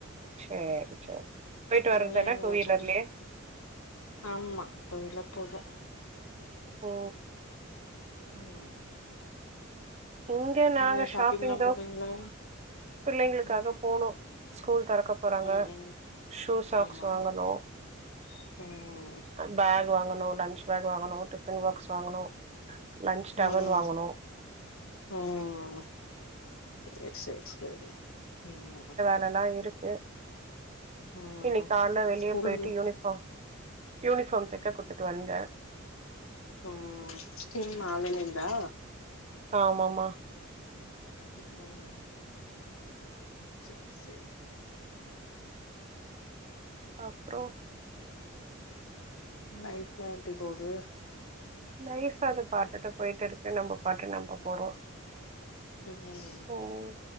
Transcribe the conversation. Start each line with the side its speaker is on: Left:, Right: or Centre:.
Right: சேரி சரி போயிட்டு
Left: நீங்க
Right: வர்றதானா
Left: எங்கயாச்சு
Right: டூ வீலர்லயே
Left: ஆமா டூ வீலர் போதும்
Right: ஓ ஹோ
Left: ம்
Right: இங்க நாங்க
Left: நீங்க ஷாப்பிங்லா
Right: ஷாப்பிங் தோ
Left: போவீங்களா
Right: பிள்ளைங்ளுக்காக
Left: ம்
Right: போனு ஸ்கூல் தொறக்க போறாங்க
Left: ம் ம்
Right: ஷூ சாக்ஸ்
Left: ஆமா
Right: வாங்கனு
Left: ம் ம்
Right: பேக் வாங்கனு லன்ச் பேக் வாங்கனு டிஃபன் பாக்ஸ் வாங்கனு லன்ச் டவல்
Left: ம்
Right: வாங்கனு
Left: ம் சேர் சேர் சேரி ம்
Right: ரெண் நா இருக்கு
Left: ம்
Right: இன்னிக் கால்ல வெளிய
Left: ஸ்கூல்
Right: போய்ட்டு யூனிஃபார்ம் யூனிஃபார்ம் தக்க குட்த்துட்டு வந்தே
Left: ம் திரும்ப நாளைலந்தா
Right: ஆமாமா
Left: ம் சேர் சேரி
Right: அப்றோ
Left: லைஃப்லா எப்டி போது
Right: லைஃப் அது பாட்டுட்டு போய்ட்ருக்கு நம்ப பாட்டு நம்ப போறோ
Left: ம்
Right: ம்